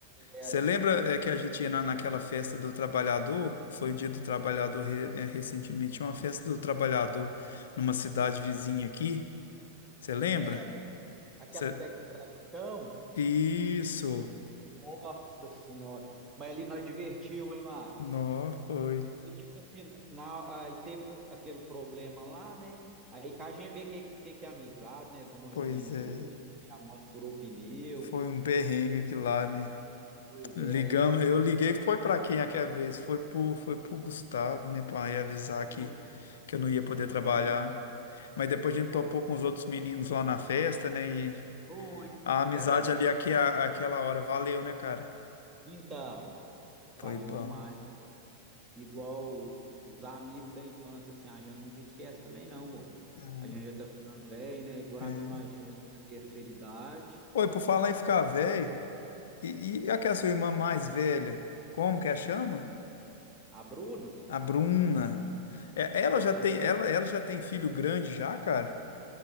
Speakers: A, on the right; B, on the left.
A: Era.
B: Você lembra é, que a gente ia na, naquela festa do trabalhador? Foi o dia do trabalhador re- é, recentemente, tinha uma festa do trabalhador numa cidade vizinha aqui. Você lembra?
A: Lembra? Aquela
B: Cê-
A: que pega estrada de chão?
B: Isso.
A: Nossa senhora. Mas ali nós divertiu, hein, Márcio?
B: Não, foi.
A: E tipo assim, na, aí teve um- aquele problema lá, né? Aí que a gente vê que, que, que é amizade, né? De um ajudando
B: Pois
A: os
B: é.
A: outros, que a moto furou o pneu.
B: Foi um perrengue aqui lá, né?
A: Pois
B: Ligamos,
A: é, aí a...
B: eu liguei, foi para quem aquela vez? Foi pro, foi pro Gustavo, né, para avisar
A: foi,
B: que, que eu não ia poder
A: então,
B: trabalhar. Mas depois a gente
A: foi,
B: topou com os outros meninos lá na festa, né, e
A: foi.
B: a amizade
A: Era,
B: ali aque- aquela hora valeu, né, cara?
A: então,
B: Foi
A: valeu
B: bom.
A: demais. Igual os amigos da infância, assim, a gente nunca esquece também, não, pô.
B: Hum,
A: A gente já tá ficando velho, né? Agora
B: é.
A: mesmo a gente já tá na terceira idade.
B: Oi, por falar em ficar velho, e, e aquela sua irmã mais velha, como que a chama?
A: A Bruna,
B: A Bruna. É, ela
A: do Alto
B: já tem,
A: Rosário.
B: ela, ela já tem filho grande já, cara?